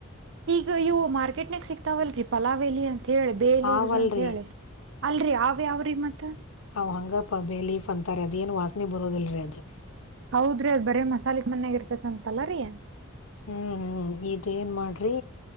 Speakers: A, on the right; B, on the left.
A: ಈಗ ಇವು ಮಾರ್ಕೆಟ್ನಾಗ ಸಿಗ್ತಾವಲ್ ಪಲಾವ್ ಎಲೆ ಅಂತ ಹೇಳಿ ಬೇ
B: ಹಾವಲ್ರಿ
A: ಲವ್ಸ್ ಅಂತ ಹೇಳಿ ಅಲ್ರರಿ ಅವಾವ ಯಾವ್ರಿ ಮತ್ತ <unintelligible>
B: ನಾವು ಹಂಗ ಪ ಬೇ ಲೀಫ್ ಅಂತಾರೆ ಅದೇನು ವಾಸನೆ ಬರೋದಿಿಲ್ಲರರಿ ಅದು
A: ಹೌದ್ರಿ ಅದ್ ಬರೇ ಮಸಾಲೆ ಮನ್ಯಾಗ ಇರ್ತೇತಿ ಅಂತಲ್ಲರೀಏನ್
B: ಹ್ಮ್ ಹ್ಮ್ ಹ್ಮ್ ಇದ ಏನ್ ಮಾಡ್ರಿ